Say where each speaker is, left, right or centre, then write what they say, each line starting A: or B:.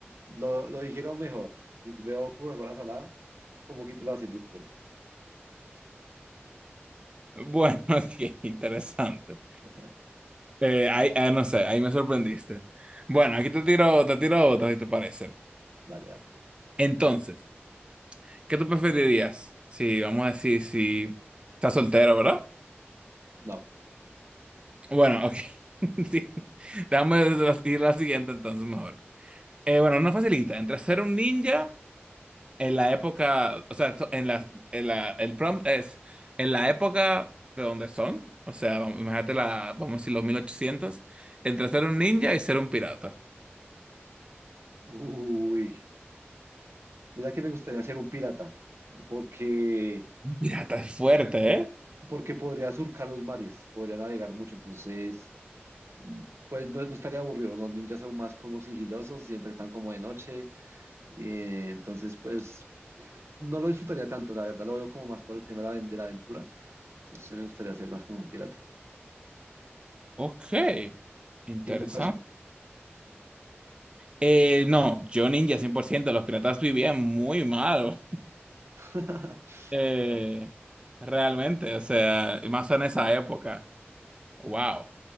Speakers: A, on the right; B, on the right.
A: lo, lo dijeron mejor. Si te veo Coca-Cola salada, como que te lo haces después.
B: Bueno, <laughs> qué interesante.
A: <laughs>
B: Eh, ahí- ah, no sé, ahí me sorprendiste. Bueno, aquí te tiro, te tiro otra, si te parece.
A: Dale, dale.
B: Entonces, ¿qué tú preferirías? Si, vamos a decir, si estás soltero, ¿verdad?
A: No.
B: Bueno, ok. <laughs> Sí. Déjame ir a la siguiente entonces mejor. Eh, bueno, una facilita. Entre ser un ninja En la época, o sea, so- en la, en la, el prompt es en la época de donde son, o sea, vam- imagínate la, vamos a decir los 1800, entre ser un ninja y ser un pirata.
A: Uy, mira que me gustaría ser un pirata, porque,
B: Un pirata es fuerte, ¿eh?
A: porque podría surcar los mares, podría navegar mucho, entonces, mm, pues no, no estaría aburrido. Los ninjas son más como sigilosos, siempre están como de noche, eh, entonces, pues no lo disfrutaría tanto, la verdad, lo veo como más por el tema de la, de la aventura, entonces me gustaría ser más como un pirata.
B: Ok, interesante.
A: ¿Y en tu caso?
B: Eh, no, yo ninja 100%. los piratas vivían muy mal,
A: <laughs>
B: <laughs> eh,
A: A
B: realmente, o sea, y más en esa época. Wow.